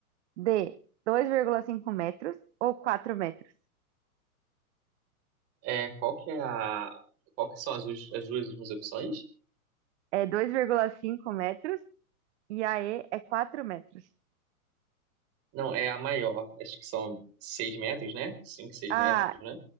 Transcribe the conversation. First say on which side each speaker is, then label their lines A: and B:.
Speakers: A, on the right; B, on the right.
A: D. Dois vírgula cinco metros ou 4 metros?
B: É, qual que é a. Qual que são as, us- as duas últimas opções?
A: é dois vírgula cinco metros e a E é 4 metros.
B: Não, é a maior. Acho que são 6 metros, né? Cinco, seis metros,
A: A,
B: né?